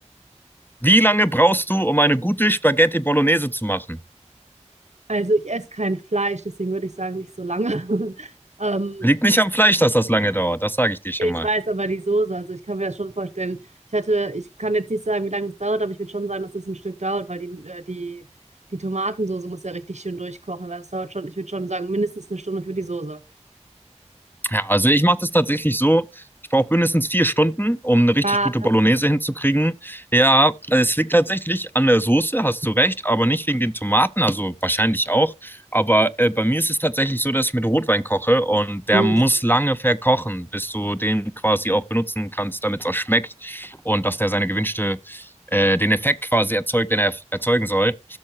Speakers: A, on the left (about 15°); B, on the right (about 75°).
A: Wie lange brauchst du, um eine gute Spaghetti Bolognese zu machen?
B: Also ich esse kein Fleisch, deswegen würde ich sagen, nicht so lange. <laughs> Ähm,
A: Liegt nicht am Fleisch, dass das lange dauert. Das sage ich dir schon
B: Ich
A: mal.
B: weiß aber die Soße, also ich kann mir das schon vorstellen. Ich hatte, ich kann jetzt nicht sagen, wie lange das dauert, aber ich würde schon sagen, dass das ein Stück dauert, weil die, äh, die, die Tomatensoße muss ja richtig schön durchkochen. Das dauert schon, ich würde schon sagen, mindestens eine Stunde für die Soße.
A: Ja, also ich mache das tatsächlich so. Ich brauche mindestens vier Stunden, um eine richtig
B: Was?
A: gute Bolognese hinzukriegen. Ja, es liegt tatsächlich an der Soße, hast du recht, aber nicht wegen den Tomaten, also wahrscheinlich auch. Aber äh, bei mir ist es tatsächlich so, dass ich mit Rotwein koche und der
B: Hm.
A: muss lange verkochen, bis du den quasi auch benutzen kannst, damit es auch schmeckt und dass der seine gewünschte, äh, den Effekt quasi erzeugt, den er erzeugen soll.